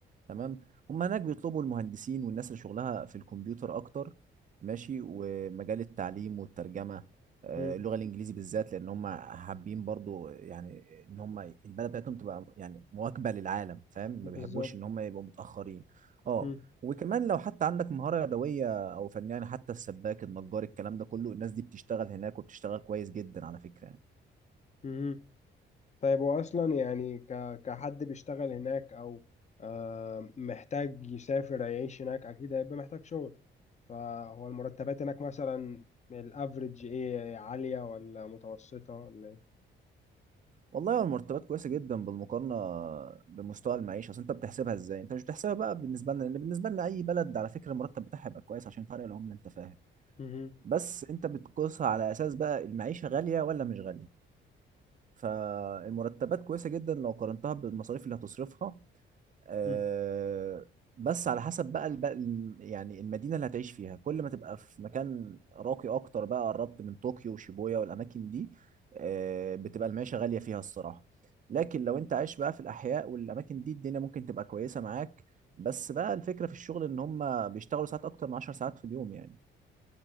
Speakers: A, on the right; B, on the left.
A: تمام هم هناك بيطلبوا المهندسين والناس اللي شغلها في الكمبيوتر اكتر ماشي ومجال التعليم والترجمه آه،
B: مم.
A: اللغه الانجليزي بالذات لان هم حابين برضو يعني ان هم البلد بتاعتهم تبقى يعني مواكبه للعالم فاهم ما
B: بالظبط
A: بيحبوش ان هم يبقوا متاخرين اه
B: مم.
A: وكمان لو حتى عندك مهاره يدويه او فن يعني حتى السباك النجار الكلام ده كله الناس دي بتشتغل هناك وبتشتغل كويس جدا على فكره
B: مم. طيب هو اصلا يعني ك... كحد بيشتغل هناك او آه محتاج يسافر يعيش هناك اكيد هيبقى محتاج شغل فهو المرتبات هناك مثلا الافريج ايه عالية ولا متوسطة ولا ايه
A: والله هو المرتبات كويسه جدا بالمقارنه بمستوى المعيشه اصل انت بتحسبها ازاي انت مش بتحسبها بقى بالنسبه لنا لان بالنسبه لنا اي بلد على فكره المرتب بتاعها يبقى كويس عشان فرق العمله انت فاهم
B: مم.
A: بس انت بتقيسها على اساس بقى المعيشه غاليه ولا مش غاليه فالمرتبات كويسة جدا لو قارنتها بالمصاريف اللي هتصرفها آه،
B: مم.
A: بس على حسب بقى الب... ال- يعني المدينة اللي هتعيش فيها كل ما تبقى في مكان راقي أكتر بقى قربت من طوكيو وشيبويا والأماكن دي آه، بتبقى المعيشة غالية فيها الصراحة لكن لو أنت عايش بقى في الأحياء والأماكن دي الدنيا ممكن تبقى كويسة معاك بس بقى الفكرة في الشغل إن هم بيشتغلوا ساعات أكتر من 10 ساعات في اليوم يعني